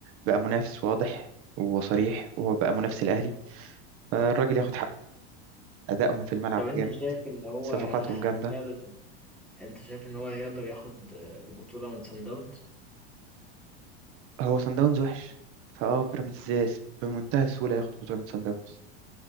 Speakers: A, on the right; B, in the centre.
A: بقى منافس واضح وصريح وهو بقى منافس الاهلي فالراجل ياخد حقه ادائهم في الملعب
B: طب انت
A: جامد
B: شايف ان هو
A: صفقاتهم
B: ه-
A: جامده
B: فعلا انت شايف ان هو هيقدر ياخد آه، البطولة من سان داونز
A: هو سان داونز وحش فاه بيراميدز بمنتهى السهوله ياخد بطوله من سان داونز